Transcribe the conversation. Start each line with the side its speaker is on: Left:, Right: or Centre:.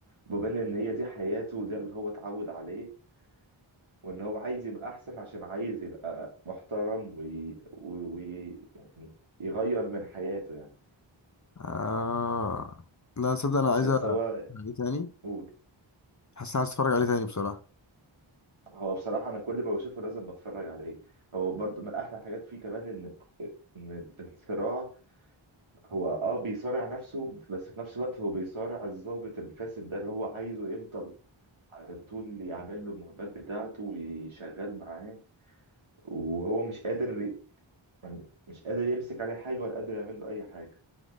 Right: وما بين ان هي دي حياته وده اللي هو اتعود عليه وان هو عايز يبقى احسن عشان عايز يبقى محترم وي... وي... يعني يغير من حياته يعني
Left: آه لا صدق انا عايز
Right: بس
Left: أ-
Right: هو
Left: ايه تاني
Right: قول
Left: حاسس اني عايز اتفرج عليه تاني بصراحة
Right: هو بصراحة أنا كل ما بشوفه لازم بتفرج عليه هو برضو من أحلى الحاجات فيه كمان إن إن الصراع هو أه بيصارع نفسه بس في نفس الوقت هو بيصارع الضابط الفاسد ده اللي هو عايزه يفضل على طول يعمل له المهمات بتاعته ويشغل معاه وهو مش قادر يعني مش قادر يمسك عليه حاجة ولا قادر يعمل له أي حاجة